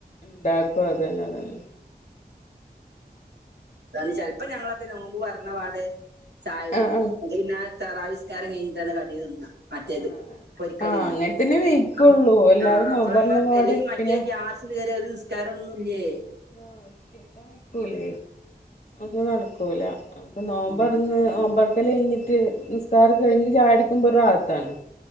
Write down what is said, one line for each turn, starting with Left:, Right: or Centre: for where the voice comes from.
Left: ണ്ടാക്കും അതന്നെ അതന്നെ
Right: അതാണ് ചെൽപ്പോ ഞങ്ങളൊക്കെ നോമ്പ് പർന്നപാട് ചായുടിക്കും
Left: ആഹ് ആഹ്
Right: ന്ന്ട്ട് പിന്നെ തറാവീഹ്സ്കാരം കഴിഞ്ഞിട്ടാണ് കടി തിന്നാ മറ്റേത്
Left: ആഹ്
Right: പൊരിക്കടിന്ന
Left: ആഹ് അങ്ങനെ തന്നെ വെയ്ക്കുള്ളൂ
Right: അപ്പൊ
Left: അല്ലാതെ
Right: ആ
Left: നോമ്പറന്നപാട്
Right: അപ്പൊ <unintelligible> മറ്റേ
Left: പിന്നെ
Right: ഗ്യാസ് ണ്ട് കേറിയ ഒരു നിസ്കാരം ഒന്നും ല്ല്യേയ്
Left: <unintelligible> ക്കൂലേ അപ്പൊ നട്ക്കൂല അപ്പൊ നോമ്പർന്ന്
Right: ഉം
Left: നോമ്പർക്കലയ്ഞ്ഞ്ട്ട് നിസ്കാരം കഴിഞ്ഞ് ഒര് ചായുടിക്കുമ്പൊ ഒരു റാഹത്താണ്